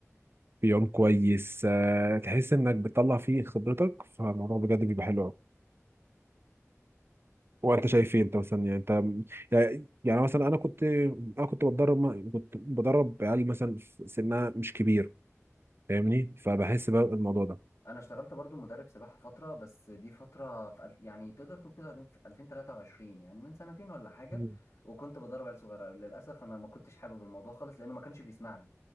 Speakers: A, on the right; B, on the left.
A: يوم كويس آه، تحس انك بتطلع فيه خبرتك فالموضوع بجد بيبقى حلو قوي وانت شايف ايه انت مثلا يعني انت يعني يعني مثلا انا كنت انا كنت بتدرب مع- كنت بدرب عيال مثلا في سنها مش كبير فاهمني فبحس بقى الموضوع ده
B: انا اشتغلت برضو مدرب سباحه فتره بس دي فتره في الف... يعني تقدر تقول كده في 2023 يعني من سنتين ولا حاجه
A: مم.
B: وكنت بدرب عيال صغيره للاسف انا ما كنتش حابب الموضوع خالص لانه ما كانش بيسمع لي